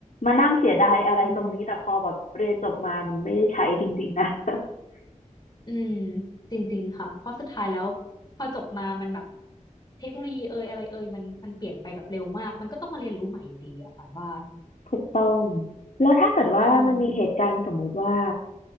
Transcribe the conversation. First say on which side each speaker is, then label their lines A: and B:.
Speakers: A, on the left; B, on the left.
A: มานั่งเสียดายอะไรตรงนี้แต่พอแบบเรียนจบมามันไม่ได้ใช้จริงๆนะ
B: อืม
A: <laughs>
B: อืมจริงๆค่ะ เพราะสุดท้ายแล้วพอจบมา มันแบบเทคโนโลยีเอ่ยอะไรเอ่ยมันมันเปลี่ยนไปแบบเร็วมาก มันก็ต้องมาเรียนรู้ใหม่อยู่ดีอะฝันว่า
A: ถูกต้องแล้วถ้าเกิดว่ามันมีเหตุการณ์สมมุติว่า
B: อืม